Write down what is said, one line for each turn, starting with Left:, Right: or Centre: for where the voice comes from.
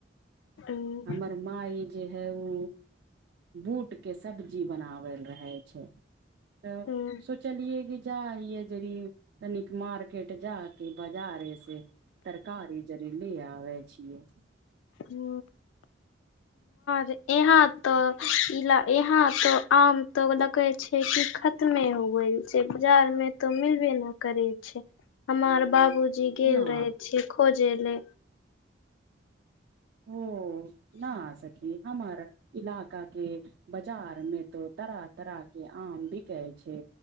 Left: हूं
Right: हमरा माय जे हे उ बूट के सब्जी बनावल रहे छै तऽ
Left: हूं
Right: चलए कि जा हऐ जे तनीक मार्केट जा के बाजारे से तरकारी जरी ली आबे छिय
Left: हू र यहाँ तऽ इ यहाँ तऽ आम तो देखे छै कि खतमे हो गेल छै बाजार मे तो मिलबे न करे छै हमर बाबूजी गेल
Right: ना
Left: रहे छीय खोजे ले
Right: ओ न आ सखी हमार इलाका के बाजार में तो तरह तरह के आम बिके छै